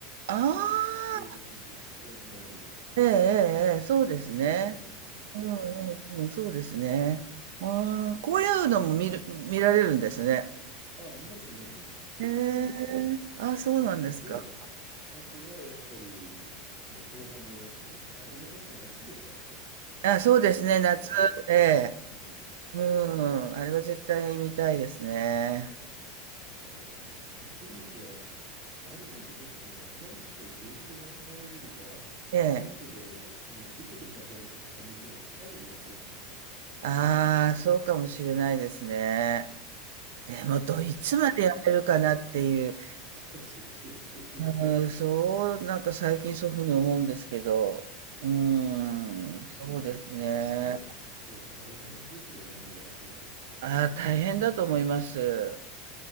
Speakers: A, on the right; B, on the right.
A: あ
B: フローレン役、役回りが。
A: あ、ええ、ええ、ええそうですね。
B: うんうんうん。
A: うんうんうん、そうですね。ああ、こういうのも見る、見られるんですね。
B: あ、見ます、見ます、見ます。
A: へえ、
B: うん。
A: あ、そうなんですか。
B: で、あとはやっぱり、その後半のやつ、あれが確か夏でしたっけ、
A: あ、そうですね、夏、
B: 公開。
A: ええ。
B: うん。
A: うん、あれは絶対見たいですね。
B: だってあの、トム・クルーズは、ある面でもしも亡くなるとしたら病気で亡くなるよりは、
A: ええ。
B: スタントで、事故で亡くなる可能性の方が高いような気がしますよ。
A: ああ、そうかもしれないですね。でも、どいつまでやれるかなっていう、
B: だって、そうそうそうそうそう。
A: うん、そう、なんか最近そういうふうに思うんですけど、うん、そうですね。
B: 結構大変ですよね、あの役は。
A: ああ、大変だと思います。